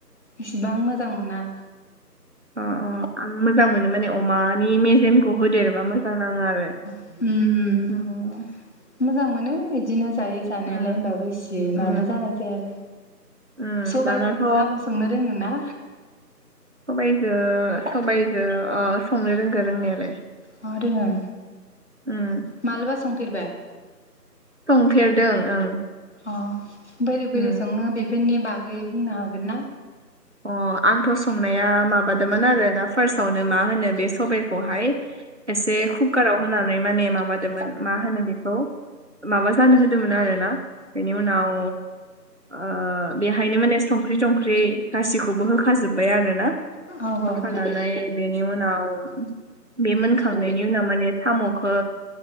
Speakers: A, on the left; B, on the right.
A: इसिबां मोजां मोना।
B: अह अह आं मोजां मोनो माने अमानि मेजेमखौ होदेरोबा मोजां नाङो आरो।
A: ओम ओम
B: उम
A: मोजां मोनो इदिनो जायो जानायालाय
B: उम
A: होनबाबो इसे
B: उम
A: माबा जानाय जाया आरो
B: उम
A: सबायाइजों
B: दानाथ'
A: साम' संनो रोङो ना?
B: सबाइजों सबायजों अह संनो रोंगो रोंनायालाय।
A: अह रोङो।
B: उम
A: मालाबा संफेरबाय?
B: संफेरदों ओं।
A: अ' बोरै बोरै
B: उम
A: सङो बेफोरनि बागै बुंनो हागोन ना?
B: अ' आंथ' संनाया माबादोंमोन आरो ना फारसावनो मा होनो बे सबायखौहाय एसे कुकाराव होनानै माने माबादोंमोन मा होनो बेखौ माबा जानो होदोंमोन आरो ना। बेनि उनाव ओ बेहायनो माने संख्रि थंख्रि गासिखौबो होखाजोबबाय आरो ना।
A: औ ओं
B: होफा नानै बेनि उनाव बे मोनखांनायनि उनाव माने साम'खो